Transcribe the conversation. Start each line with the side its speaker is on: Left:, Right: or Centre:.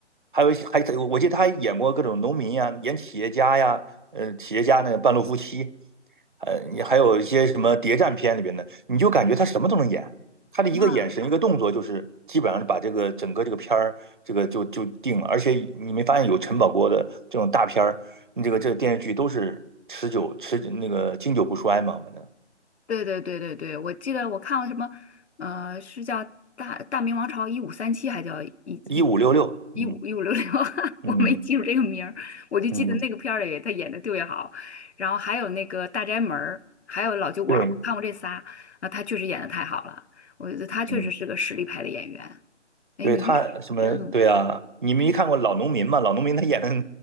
Right: 还有一些还我记得他还演过各种农民呀、演企业家呀，呃，企业家那个半路夫妻，呃，你还有一些什么谍战片里边的，你就感觉他什么都能演，他的一个眼神、
Left: 啊
Right: 一个动作，就是基本上是把这个整个这个片儿这个就就定了。而且你没发现有陈宝国的这种大片儿，你这个这个电视剧都是持久持那个经久不衰嘛，反正
Left: 对对对对对，我记得我看了什么，呃，是叫大《大明王朝一五三七》，还叫一一
Right: 一五六六，
Left: 一五一五六六，
Right: 嗯
Left: <laughs>
Right: 嗯
Left: 我没记住这个名儿，我就记得那个片儿里他演的特别好，
Right: 嗯，
Left: 然后还有那个《大宅门》，儿，还有《老酒馆》，
Right: 对，
Left: 我看过这仨，啊，他确实演的太好了，我觉得他确实是个实力派的演员。
Right: 嗯。
Left: 哎，
Right: 对他什么？
Left: 你是嗯
Right: 对啊，你们没看过《老农民》吗？《老农民》他演的